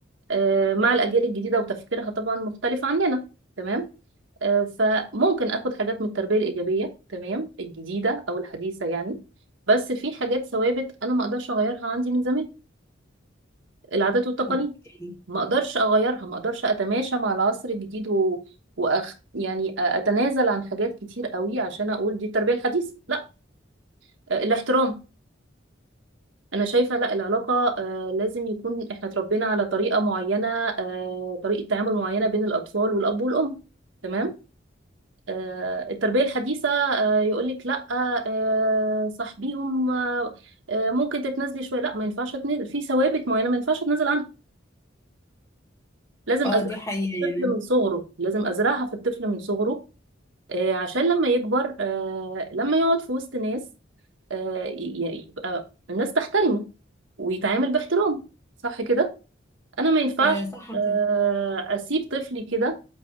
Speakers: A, on the right (about 80°); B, on the left (about 15°).
A: أه مع الاجيال الجديده وتفكيرها طبعا مختلف عننا تمام آه، فممكن اخد حاجات من التربيه الايجابيه تمام الجديده او الحديثه يعني بس في حاجات ثوابت انا ما اقدرش اغيرها عندي من زمان العادات والتقاليد
B: اوكي
A: ما اقدرش اغيرها ما اقدرش اتماشى مع العصر الجديد و... وأخ... يعني اتنازل عن حاجات كتير قوي عشان اقول دي التربيه الحديثه لا آه، الاحترام انا شايفه لا العلاقه آه، لازم يكون احنا اتربينا على طريقه معينه آه، طريقه تعامل معينه بين الاطفال والاب والام تمام آه، التربية الحديثة آه، يقولك لا آه، صاحبيهم آه، آه، ممكن تتنازلي شوية لا ما ينفعش اتنازل في ثوابت معينة ما ينفعش اتنازل عنها لازم
B: اه
A: أزرعها
B: دي حقيقة
A: في الطفل
B: يعني
A: من صغره لازم أزرعها في الطفل من صغره آه، عشان لما يكبر آه، لما يقعد في وسط ناس آه، ي- يبقى الناس تحترمه ويتعامل باحترام صح كده أنا ما ينفعش
B: آه صح
A: آه،
B: كده
A: أسيب طفلي كده